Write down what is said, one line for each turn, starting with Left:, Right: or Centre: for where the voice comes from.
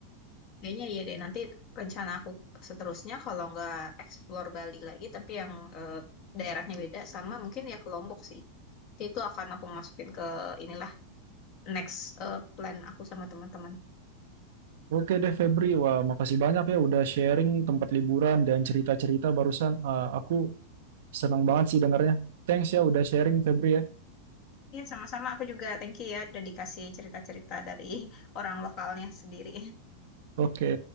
Left: Kayaknya iya deh nanti rencana aku seterusnya kalau nggak explore Bali lagi tapi yang eh, daerahnya beda sama mungkin ya ke Lombok sih. Nanti Itu akan aku masukin ke inilah next eh, plan aku sama teman-teman.
Right: Oke deh Febri, wah makasih banyak ya udah sharing tempat liburan dan cerita-cerita barusan. Eh, aku senang banget sih dengarnya. Thanks ya udah sharing Febri ya.
Left: Iya sama-sama aku juga thank you ya udah dikasih cerita-cerita dari orang lokalnya sendiri.
Right: Oke.